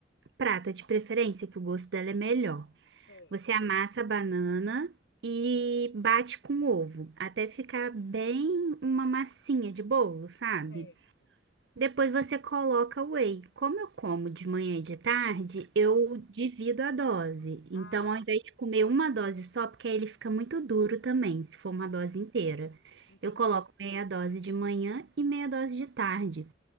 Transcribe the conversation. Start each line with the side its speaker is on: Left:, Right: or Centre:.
Right: prata de preferência, que o gosto dela é melhor.
Left: certo,
Right: Você amassa a banana e bate com ovo, até ficar bem uma massinha de bolo, sabe?
Left: certo.
Right: Depois você coloca o whey. Como eu como de manhã e de tarde, eu
Left: Hum.
Right: divido a dose. Então,
Left: Ah,
Right: ao invés de comer uma dose só, porque aí ele fica muito duro também, se for uma dose inteira.
Left: entendi.
Right: Eu coloco meia dose de manhã e meia dose de tarde.